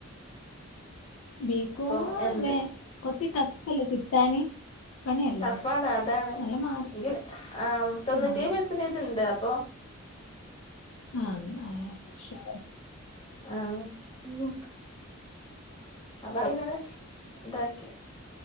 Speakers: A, on the left; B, on the left.
A: ബീകോം
B: അപ്പൊ എന്ത്
A: വേ കൊറച്ച് ട്രഫ് അല്ലെ കിട്ടാന് പണിയല്ലേ
B: ടഫാണ് അതാണ്
A: നല്ല മാർക്ക്
B: എൻക്ക് തൊണ്ണൂറ്റിയേഴ്
A: ആഹ്
B: പെർസെന്റേജ് ഉണ്ട് പ്പോ
A: ആഹ പക്ഷേ
B: ആഹ ഉ അപ്പ പിന്ന ഇതാക്കി